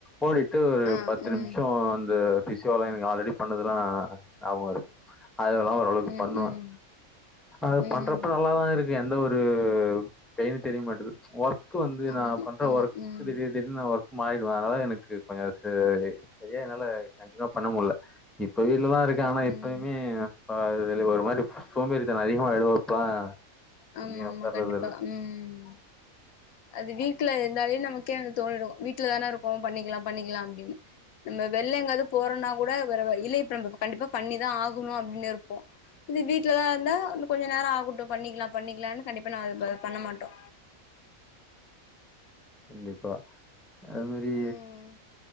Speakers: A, in the centre; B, on the left.
A: ஓடிட்டு ஒரு
B: ஆ
A: பத்து
B: ம்
A: நிமிஷம் அந்த பிசியோல எனக் ஆல்ரெடி பண்ணுது எல்லா அ ஞாபகம் இருக் அதெல்லா
B: ம்
A: ஓரளவுக்
B: ம்
A: பண்ணுவேன்
B: ம்
A: அது
B: ம்
A: பண்றப்ப நல்லாதா இருக் இது எந்த ஒரு பெயின் தெரிய மாட்டேது ஒர்க் க்கு வந்து
B: ஆமா
A: நா பண்ற
B: ம்
A: ஒர்க்கு
B: ம்
A: திடீர் திடீர்னு ஒர்க் மாறி ரு அதனால எனக்கு கொஞ்ச ச சரியா என்னால கன்டினுவா பண்ண முடில இ ப்ப வீட்லதா இருக்கே
B: ம்
A: ஆனா இப்பயுமே
B: ம்
A: பா அது செரி ஒரு மாரி சோம்பேறித்தன அதிகமா <unintelligible>
B: ஆமா
A: வெளிய உக்காறது
B: ஆமா கண்டிப்பா
A: இல்ல
B: உம் அது வீட்ல இருந்தாலே நமக்கே வந்து தோணிடு வீட்லதானே இருக்கோ பண்ணிக்லா பண்ணிக்லா அப்டின் இந்த வெள்ள எங்காவுது போறோனா கூட வேற வழி இல்ல இப்ப நம்ம கண்டிப்பா பண்ணிதா ஆகணு அப்டின்னு இருப்போ இது வீட்லதா இருந்தா இன்னு கொஞ்ச நேரோ ஆகட்டு பண்ணிக்கலா பண்ணிக்லானு கண்டிப்பா நா இப்ப பண்ண மாட்டோ
A: கண்டிப்பா அது மாரி
B: ம்